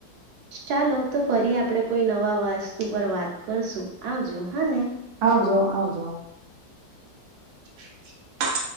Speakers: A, on the right (about 70°); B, on the right (about 85°).
A: ચાલો તો ફરી આપણે કોઈ નવા વસ્તુ પર વાત કરશું આવજો હા ને
B: આવાજો આવજો <inaudible>